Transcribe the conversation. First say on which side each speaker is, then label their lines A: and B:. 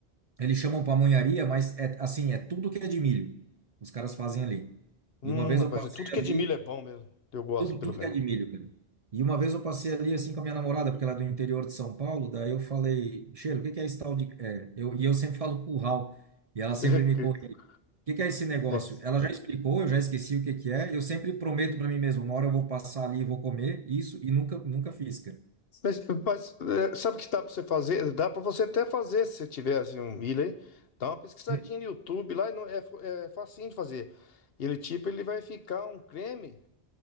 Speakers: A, on the right; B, on the left.
A: Eles chamam pamonharia, mas é assim, é tudo que é de milho. Os caras fazem ali.
B: Hum,
A: E uma vez
B: rapaz,
A: eu passei
B: é tudo que
A: ali,
B: é de milho é bom mesmo. Eu gosto,
A: tudo,
B: pelo
A: tudo
B: menos.
A: que é de milho, cara. E uma vez eu passei ali assim com a minha namorada, porque ela é do interior de São Paulo, daí eu falei, Cheiro, o que que é esse tal de. É, eu, e eu sempre falo curral. E ela sempre
B: <laughs>
A: me corrige. O que que é esse negócio?
B: É que- é.
A: Ela já explicou, eu já esqueci o que que é. Eu sempre prometo para mim mesmo, uma hora eu vou passar ali e vou comer isso, e nunca, nunca fiz, cara.
B: Mas, mas, é, sabe o que dá para você fazer? Dá para você até fazer se tiver assim, um milho aí. Dá uma pesquisadinha
A: Hum.
B: no YouTube lá, e não, é, fa- é facinho de fazer. Ele tipo, ele vai ficar um creme,